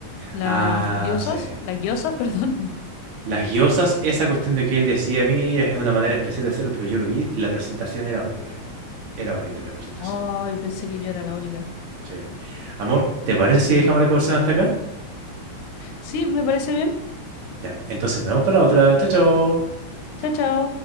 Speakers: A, on the left; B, on the right.
A: las
B: Ah,
A: diosas,
B: sí.
A: las gyozas, <laughs> perdón.
B: Las guiosas, esa cuestión de que él decía a mí es una manera especial de hacerlo, pero yo lo vi y la presentación era horrible. Era horrible la presentación.
A: Ay, pensé que yo era la única.
B: Sí. Amor, ¿te parece
A: Sí.
B: si dejamos la conversación hasta acá?
A: Sí, me parece bien.
B: Ya, pues, entonces nos vemos para la otra. Chao, chao.
A: Chao, chao.